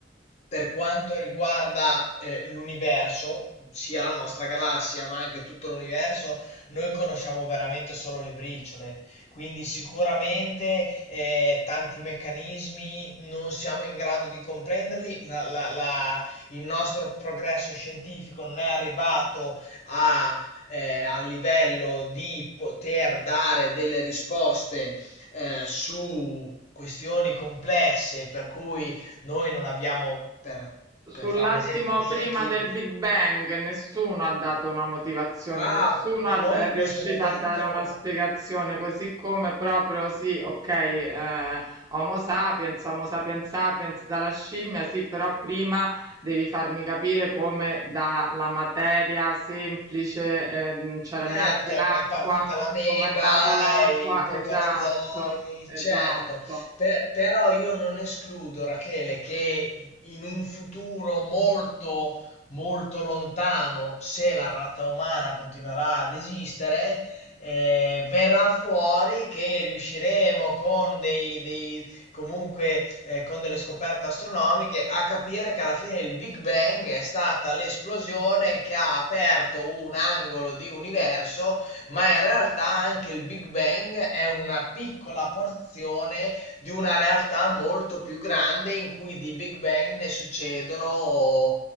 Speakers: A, on the left (about 40°); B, on the right (about 20°).
A: per quanto riguarda eh, l'universo, sia la nostra galassia, ma anche tutto l'universo, noi conosciamo veramente solo le briciole. Quindi sicuramente eh, tanti meccanismi non siamo in grado di comprenderli. La- la- la- il nostro progresso scientifico non è arrivato a, eh, al livello di poter dare delle risposte eh, su questioni complesse, per cui noi non abbiamo, per, per
B: Sull'attimo
A: fare un esempio, neanche
B: prima
A: il...
B: del Big Bang nessuno ha dato una motivazione,
A: Bravo,
B: nessuno
A: ma
B: ha
A: noi
B: da-
A: in
B: è riuscito
A: questo momento,
B: a dare una spiegazione, così come proprio sì, ok, eh, Homo sapiens, Homo sapiens sapiens dalla scimmia, sì, però prima devi farmi capire come dalla materia semplice, eh, non c'era
A: certo,
B: neanche l'acqua,
A: è è partita l'ameba,
B: come è nata l'acqua,
A: i protorozoi,
B: esatto, esatto.
A: certo, per- però io non escludo, Rachele, che in un futuro molto, molto lontano, se la razza umana continuerà ad esistere, eh, verrà fuori che riusciremo con dei, dei comunque eh, con delle scoperte astronomiche, a capire che alla fine il Big Bang è stata l'esplosione che ha aperto un angolo di universo, ma in realtà anche il Big Bang è una piccola porzione di una realtà molto più grande in cui di Big Bang ne succedono